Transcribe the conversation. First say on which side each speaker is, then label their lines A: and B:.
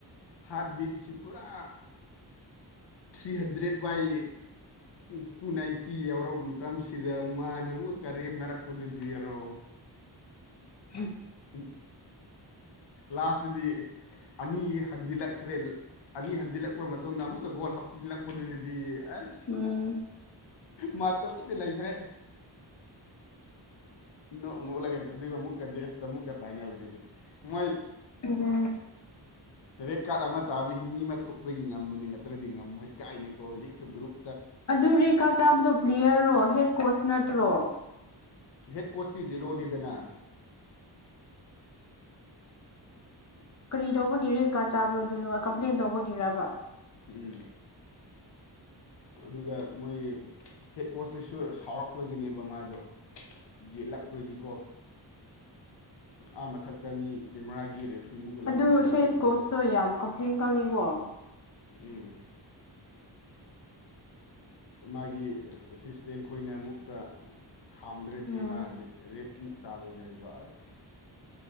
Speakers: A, on the left; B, on the left.
A: ꯍꯥꯔꯠ ꯕꯤꯠꯁꯤ ꯄꯨꯔꯥ ꯊ꯭ꯔꯤ ꯍꯟꯗ꯭ꯔꯦꯠ ꯕꯥꯏ ꯨ ꯇꯨ ꯅꯥꯏꯟꯇꯤ ꯌꯥꯎꯔꯛꯄ ꯃꯇꯝꯁꯤꯗ ꯃꯥꯅ ꯑꯃꯨꯛꯀ ꯀꯔꯦꯝꯅꯔꯛꯄꯗꯨꯗꯤ ꯌꯥꯔꯣ
B: ꯎꯝ
A: ꯎꯝ ꯂꯥꯁꯇꯗꯤ ꯑꯅꯤ ꯍꯟꯖꯤꯜꯂꯛꯈ꯭ꯔꯦ ꯑꯅꯤ ꯍꯟꯖꯤꯜꯂꯛꯄ ꯃꯇꯨꯡꯗ ꯑꯃꯨꯛꯀ ꯒꯣꯜ ꯍꯥꯞꯆꯤꯜꯂꯛꯄꯗꯨꯗꯗꯤ ꯑꯁ
B: ꯎꯝ
A: ꯃꯥ ꯇꯣꯕꯤꯗ ꯂꯩꯈ꯭ꯔꯦ ꯅꯣꯛ ꯅꯣꯛꯂꯒ ꯑꯗꯨꯒ ꯑꯃꯨꯛꯀ ꯖꯦꯁꯇ ꯃꯨꯛꯀ ꯇꯥꯏꯅꯕꯅꯤꯗꯤ ꯃꯣꯏ
B: ꯎꯝ
A: ꯔꯦꯠ ꯀꯥꯔꯗ ꯑꯃ ꯆꯥꯕꯒꯤ ꯃꯤ ꯑꯃ ꯊꯣꯛꯄꯒꯤ ꯉꯝꯕꯅꯤ ꯅꯠꯇ꯭ꯔꯗꯤ ꯉꯝꯃꯣꯏ ꯀꯥꯏꯅꯀꯣ ꯍꯧꯖꯤꯛꯁꯨ ꯒ꯭ꯔꯨꯞ
B: ꯑꯗꯨ ꯔꯦꯀꯥ ꯆꯥꯕꯗꯣ ꯄ꯭꯭ꯂꯦꯌꯔꯔꯣ ꯍꯦꯠ ꯀꯣꯆ ꯅꯠꯇ꯭ꯔꯣ
A: ꯍꯦꯠ ꯀꯣꯁꯇꯤ ꯖꯤꯂꯣꯅꯤꯗꯅ
B: ꯀꯔꯤ ꯇꯧꯕꯒꯤꯔꯦꯀꯥ ꯆꯥꯕ꯭ꯔꯣꯗꯨꯅꯣ ꯀꯝꯄ꯭ꯂꯦꯟ ꯇꯧꯕꯒꯤꯔꯕ
A: ꯎꯝ ꯑꯗꯨꯒ ꯃꯣꯏ ꯍꯦꯠ ꯀꯣꯆꯇꯁꯨ ꯁꯥꯎꯔꯛꯄꯒꯤꯅꯦꯕ ꯃꯥꯗꯣ ꯌꯦꯠꯂꯛꯄꯒꯤꯀꯣ ꯑ ꯃꯊꯛꯇ ꯃꯤ ꯀꯦꯃꯦꯔꯥꯒꯤ ꯔꯦꯐ꯭ꯔꯤꯃꯨꯛꯀ ꯂꯩꯕꯅꯦ
B: ꯑꯗꯨ
A: ꯑꯩꯈꯣꯏꯗꯨ
B: ꯍꯦꯠ ꯀꯣꯁꯇꯣ ꯌꯥꯝ ꯀꯝꯄ꯭ꯂꯦꯟ ꯀꯜꯂꯤꯀꯣ
A: ꯎꯝ ꯃꯥꯒꯤ ꯑꯦꯁꯤꯁꯇꯦꯟ ꯈꯣꯏꯅ ꯑꯃꯨꯛꯀ ꯈꯥꯝꯗ꯭ꯔꯗꯤ
B: ꯎꯝ
A: ꯃꯥꯗꯤ ꯔꯦꯠꯃꯨꯛ ꯆꯥꯕ ꯌꯥꯏꯕ ꯑꯁ